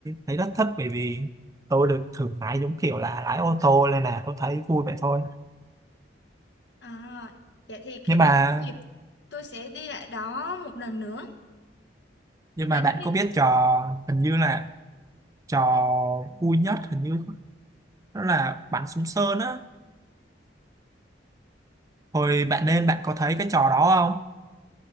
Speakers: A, on the right; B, on the left.
A: thấy rất thích bởi vì tôi được thử lái giống kiểu là lái ô tô nên là tôi thấy vui vậy thôi
B: À, vậy thì khi
A: nhưng
B: nào
A: mà
B: có dịp tôi sẽ đi lại đó một lần nữa
A: nhưng
B: bạn
A: mà bạn
B: nói đi
A: có biết trò hình như là trò vui nhất hình như đó là bắn súng sơn á hồi bạn lên bạn có thấy cái trò đó không